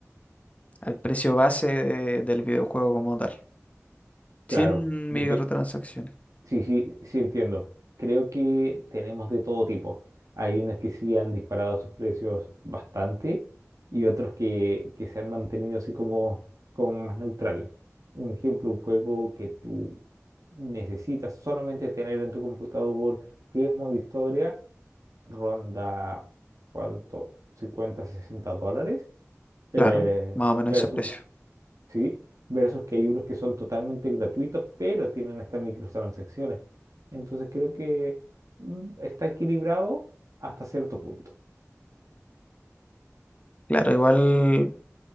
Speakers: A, on the left (about 25°); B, on the right (about 80°).
A: al precio base de- del videojuego como tal,
B: Claro,
A: sin
B: depe-
A: microtransacciones.
B: Sí, sí, sí entiendo. Creo que tenemos de todo tipo. Hay unos que sí han disparado sus precios bastante y otros que, que se han mantenido así como, como más neutrales. Un ejemplo, un juego que tú necesitas solamente tener en tu computador, que es modo historia, ronda, ¿cuánto? cincuenta sesenta dólares. eh,
A: Claro, más o menos
B: versus
A: ese precio.
B: ¿sí? Versus que hay unos que son totalmente gratuitos, pero tienen estas microtransacciones. Entonces creo que mm, está equilibrado hasta cierto punto.
A: Claro, igual